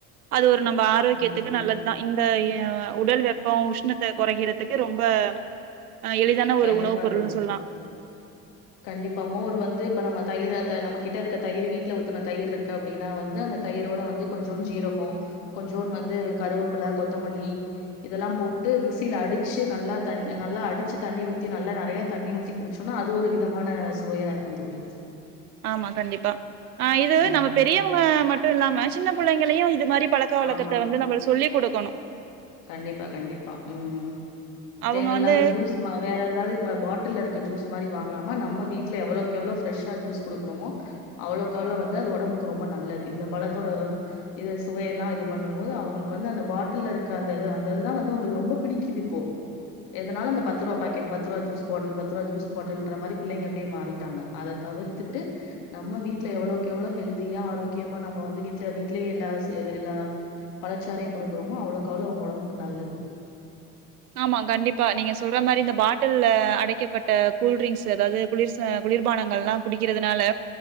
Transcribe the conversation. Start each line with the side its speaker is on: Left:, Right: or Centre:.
Right: அது ஒரு நம்ப ஆரோக்கியத்துக்கு
Left: கண்டிப்பா
Right: நல்லதுதா இந்த எ ஆஹ் உடல் வெப்போ உஷ்ணத்த கொறைக்கிறத்துக்கு ரொம்ப ஆஹ் எளிதான ஒரு
Left: கண்டிப்பா
Right: உணவுப் பொருள்னு
Left: தோழி
Right: சொல்லா
Left: கண்டிப்பா மோர் வந்து இப்ப நம்ம தயிரா த நம்ம கிட்ட இருக்க தயிரு வீட்ல ஊத்துன தயிரு இருக்கு அப்டினா வந்து அந்த தயிரோட வந்து கொஞ்சோ ஜீரகோ கொஞ்சோன்னு வந்து கருவப்புல கொத்தமல்லி இதெல்லா போட்டு மிக்சில அடிச்சு நல்லா தண் நல்லா அடிச்சு தண்ணி ஊத்தி நல்லா நெறைய தண்ணி ஊத்தி குடிச்சோனா அது ஒரு விதமான சுவையா இருக்கு தோழி
Right: ஆமா கண்டிப்பா ஆஹ் இது
Left: ம்
Right: நம்ம பெரியவங்க மட் ட்டு இல்லாம சின்ன பிள்ளைங்களையு இது மாரி பழக்க வழக்கத்த
Left: ஆமா
Right: வந்து நம்ம சொல்லி குடுக் க்கணு
Left: கண்டிப்பா கண்டிப்பா உம்
Right: அவங்க
Left: தேவல்லாத
Right: வந்து
Left: ஜூஸ்னா வேற எதாவ்து இ பாட்டில்ல இருக்க ஜூஸ் மாரி வாங்காம நம்ம வீட்ல எவளோக்கெவ்ளோ ஃப்ரெஷா ஜூஸ் குடுக்குறோமோ அவளோக்கவ்ளோ வந்து அது ஒடம்புக்கு ரொம்ப நல்லது இந்த பழத்தோட அவ்ளோ இது சுவையெல்லா இது பண்ணும் போது அவ்ங்களுக்கு வந்து அந்த பாட்டில் இருக் க்க அந்த இது அந்த இது தா வந்து அவ்ங்களுக்கு ரொம்ப பிடிக்குது இப்போ எதனாலு அந்த பத்து ரூவா பாக்கெட் பத்து ரூவா ஜூஸ் பாட்டுல் பத்து ரூபா ஜூஸ் பாட்டுல்ற மாரி பிள்ளைங்க அப்டியே மாறிட்டாங்க அத தவிர்த்துட்டு நம்ம வீட்ல எவளோக்கெவ்ளோ ஹெல்தியா ஆரோக்கியமா நம்ம வந்து வீட்ல வீட்லயே எல்லா செய்ற எல்லா பழச்சாரயு குடுக்றோமோ அவ்ளோ க்கவ்ளோ ஒடம்புக்கு நல்லது
Right: ஆமா கண்டிப்பா நீங்க சொல்ற மாரி இந்த பாட்டில்ல அடைக்கப்பட்ட கூல்ட்ரிங்க்ஸ் அதாவ்து குளிர் சா குளிர்பானங்கள்லா குடிக்கிறதுனால